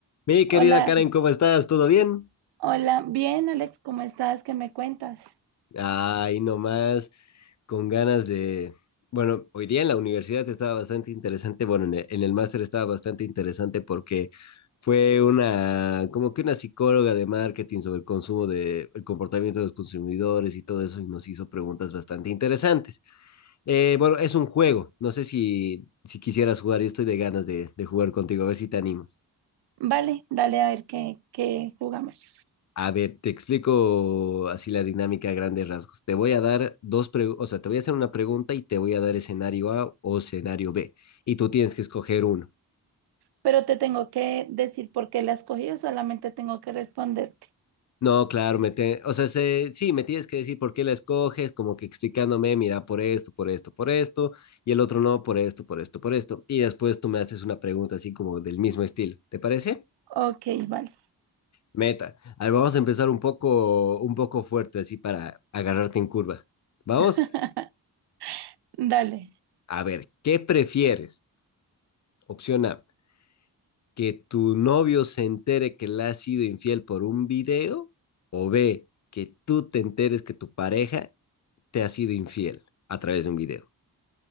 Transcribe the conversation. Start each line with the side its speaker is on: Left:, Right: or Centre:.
Left: Mi querida
Right: Hola,
Left: Karen, ¿cómo estás? ¿Todo bien?
Right: hola, bien Alex, ¿cómo estás? ¿Qué me cuentas?
Left: Ay, nomás, con ganas de... Bueno, hoy día en la universidad estaba bastante interesante, bueno, en el, en el máster estaba bastante interesante porque fue una, como que una psicóloga de marketing sobre el consumo de, el comportamiento de los consumidores y todo eso y nos hizo preguntas bastante interesantes. Eh, bueno, es un juego, no sé si, si quisieras jugar, yo estoy de ganas de, de jugar contigo, a ver si te animas.
Right: Vale, dale a ver qué, qué jugamos.
Left: A ver, te explico así la dinámica a grandes rasgos. Te voy a dar dos preguntas, o sea, te voy a hacer una pregunta y te voy a dar escenario A o escenario B. Y tú tienes que escoger uno.
Right: Pero te tengo que decir por qué la escogí o solamente tengo que responderte.
Left: No, claro, me te- o sea, se- sí, me tienes que decir por qué la escoges, como que explicándome, mira, por esto, por esto, por esto, y el otro no, por esto, por esto, por esto. Y después tú me haces una pregunta así como del mismo estilo. ¿Te parece?
Right: Ok, vale,
Left: Meta. A ver, vamos a empezar un poco, un poco fuerte, así para agarrarte en curva. Vamos.
Right: <laughs> dale.
Left: A ver, ¿qué prefieres? Opción A, que tu novio se entere que le has sido infiel por un video. O B, que tú te enteres que tu pareja te ha sido infiel a través de un video.